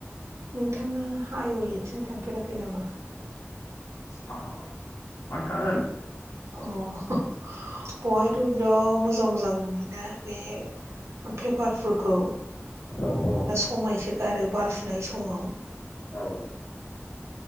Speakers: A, on the right; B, on the left.
A: नोंथाङा हाइवेथिं थांफेराखै नामा?
B: थांखांबाय मानो थाङा जानो।
A: अ बेहायथ' बिराद मोजां मोजां ना बे पेपारफोरखौ
B: औ औ
A: समायसो गारो बारफुनाय समाव
B: औ